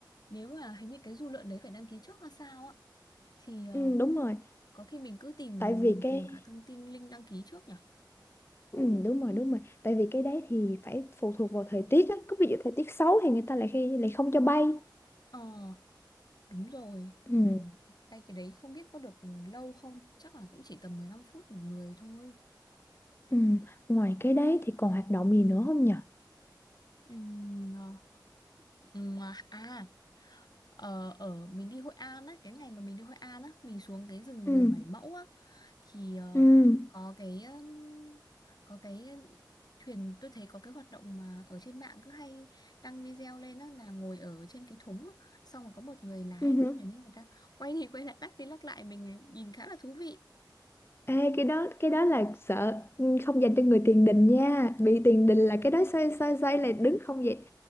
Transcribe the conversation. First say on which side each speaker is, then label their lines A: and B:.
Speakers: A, on the left; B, on the left.
A: Nếu mà hình như cái du lượn đấy phải đăng ký trước hay sao á thì ờ,
B: ừ, đúng rồi
A: có khi mình cứ tìm
B: tại vì
A: mình
B: cái
A: tìm cả thông tin link đăng ký trước nhỉ
B: ừ, đúng rồi đúng rồi tại vì cái đấy thì phải phụ thuộc vào thời tiết á có ví dụ thời tiết xấu thì người ta lại khi lại không cho bay
A: ờ đúng rồi
B: ừ,
A: ừ. Đây cái đấy không biết có được lâu không chắc là cũng chỉ tầm 15 phút một người thôi
B: ừ. ngoài cái đấy thì còn hoạt động gì nữa không nhỉ
A: ừ. ờ. Ừ. À à Ờ, ở mình đi Hội An á cái ngày mà mình đi Hội An á mình xuống cái rừng
B: ừ,
A: dừa Bảy Mẫu á thì ờ,
B: ừ,
A: có cái um, có cái thuyền tôi thấy có cái hoạt động mà ở trên mạng cứ hay đăng video lên á là ngồi ở trên cái thúng á, xong rồi có một người lái
B: ừ.
A: thuyền ấy người ta quay đi quay lại lắc đi lắc lại mình ấy, nhìn khá là thú vị
B: Ê, cái đó cái đó là sợ không dành cho người tiền đình nha bị tiền đình là cái đó xoay xoay xoay là đứng không vậy